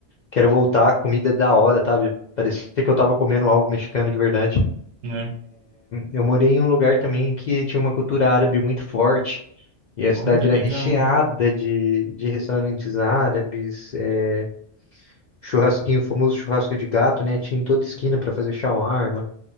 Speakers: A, on the left (about 60°); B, on the right (about 70°).
A: Quero voltar, a comida é da hora, sabe? Parecia que eu tava comendo algo mexicano de verdade.
B: né?
A: Eu morei em um lugar também que tinha uma cultura árabe muito forte. E a
B: Olha,
A: cidade era
B: legal.
A: recheada de, de restaurantes árabes, é, churrasquinho, o famoso churrasco de gato, né? Tinha em toda esquina para fazer shawarma,